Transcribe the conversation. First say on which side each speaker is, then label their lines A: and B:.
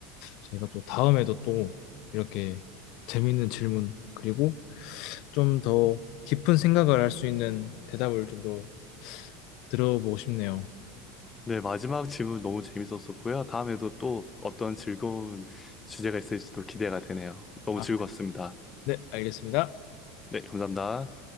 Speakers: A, on the left; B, on the left.
A: 저희가 또 다음에도 또 이렇게 재밌는 질문 그리고 좀 더 깊은 생각을 할 수 있는 대답을 좀 더 들어보고 싶네요.
B: 네, 마지막 질문 너무 재밌었었고요. 다음에도 또 어떤 즐거운 주제가 있을지도 기대가 되네요. 너무
A: 아,
B: 즐거웠습니다.
A: 네, 알겠습니다.
B: 네, 감사합니다.